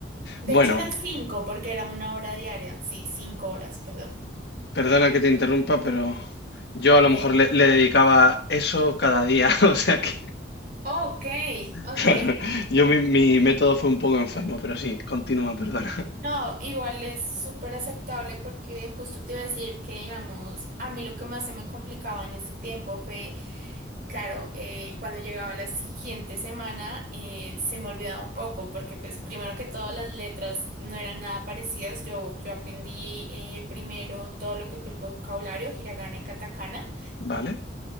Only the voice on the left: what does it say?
Bueno,
perdona que te interrumpa, pero yo a
lo mejor le, le dedicaba eso cada día, <laughs> o sea que,
claro, yo mi, mi método fue un poco enfermo, pero sí, continúa, perdona. <laughs>
Vale,